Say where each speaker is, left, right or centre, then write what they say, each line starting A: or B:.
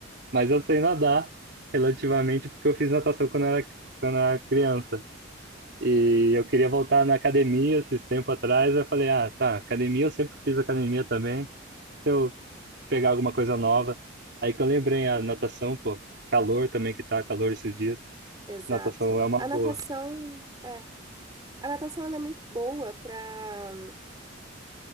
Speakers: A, on the right; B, on the right.
A: mas eu sei nadar relativamente porque eu fiz natação quando eu era, quando eu era criança. E eu queria voltar na academia esses tempo atrás. Eu falei, ah, tá, academia, eu sempre fiz academia também. Se eu pegar alguma coisa nova. Aí que eu lembrei a natação, pô, calor também que tá calor esses dias.
B: Exato.
A: Natação é uma
B: A
A: boa.
B: natação, é. A natação ela é muito boa para